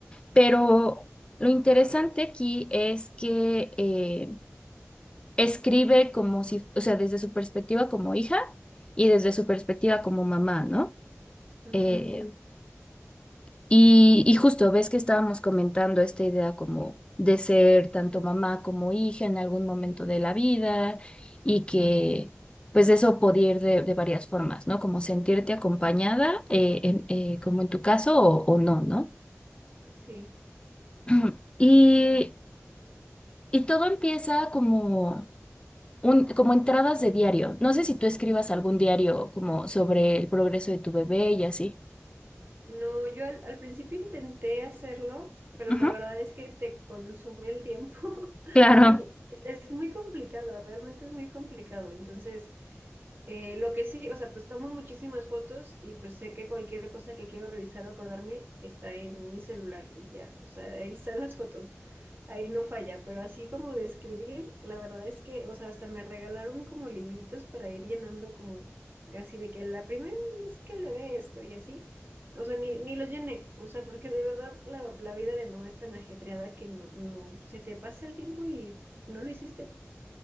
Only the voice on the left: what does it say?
Pero lo interesante aquí es que eh, escribe como si, o sea, desde su perspectiva como hija y desde su perspectiva como mamá, ¿no?
Eh, y, y justo ves que estábamos comentando esta idea como de ser tanto mamá como hija en algún momento de la vida y que pues eso podía ir de, de varias formas, ¿no? Como sentirte acompañada, eh, en- eh, como en tu caso, o, o no, ¿no?
<clears throat> Y, y todo empieza como, un, como entradas de diario. No sé si tú escribas algún diario como sobre el progreso de tu bebé y así.
Ujú,
Claro,